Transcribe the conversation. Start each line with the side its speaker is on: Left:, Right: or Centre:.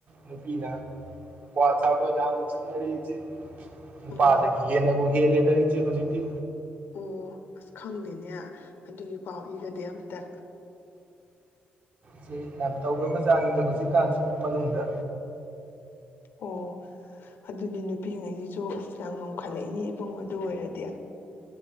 Right: ꯅꯨꯄꯤꯅ ꯀ꯭ꯋꯥ ꯆꯥꯕ ꯌꯥꯝꯅ ꯆꯠꯅꯔꯤ ꯏꯆꯦ ꯅꯨꯄꯥꯗꯒꯤ
Left: ꯎꯝ
Right: ꯍꯦꯟꯅꯕꯨ ꯍꯦꯂꯦ ꯗ ꯏꯆꯦ ꯍꯧꯖꯤꯛꯇꯤ
Left: ꯑꯣ ꯑꯁ ꯈꯪꯗꯦꯅꯦ ꯑꯗꯨꯒꯤ ꯄꯥꯎ ꯏ ꯒꯗꯤ ꯑꯝꯇ
Right: ꯆꯦ ꯌꯥꯝ ꯇꯧꯒ꯭ꯔꯕꯖꯥꯠꯅꯤꯗ ꯍꯧꯖꯤꯛꯀꯥꯟꯁꯤ ꯃꯅꯨꯡꯗ
Left: ꯑꯣ ꯑꯗꯨꯗꯤ ꯅꯨꯄꯤꯉꯩꯁꯤꯁꯨ ꯑꯁ ꯌꯥꯝ ꯉꯈꯠꯂꯛꯏꯅꯦ ꯏꯕꯨꯡꯉꯣ ꯑꯗꯨ ꯑꯣꯏꯔꯗꯤ